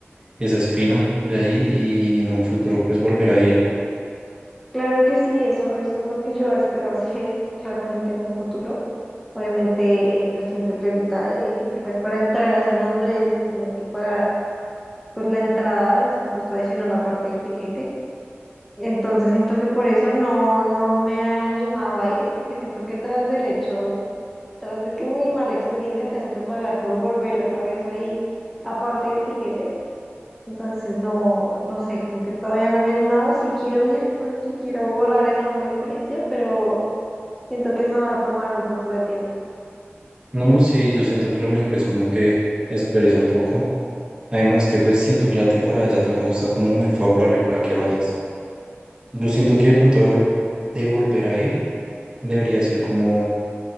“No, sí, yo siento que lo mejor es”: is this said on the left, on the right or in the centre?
Right